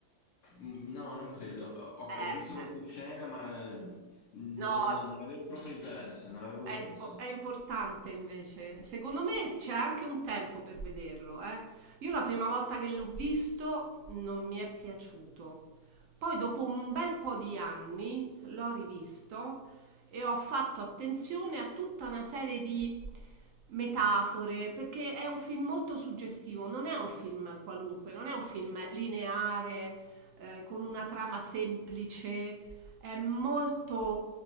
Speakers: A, on the left; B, on the right.
A: Mm, No, non credo. Ho,
B: Eh, eh,
A: ho visto qualche scena,
B: eh.
A: ma mm, non,
B: no,
A: non- non avevo proprio interesse, non avevo
B: È,
A: interesse.
B: impo- è importante invece. Secondo me c'è anche un tempo per vederlo, eh. Io la prima volta che l'ho visto non mi è piaciuto. Poi dopo un bel po' di anni l'ho rivisto e ho fatto attenzione a tutta una serie di metafore, perché è un film molto suggestivo, non è un film qualunque, non è un film lineare, eh, con una trama semplice è molto,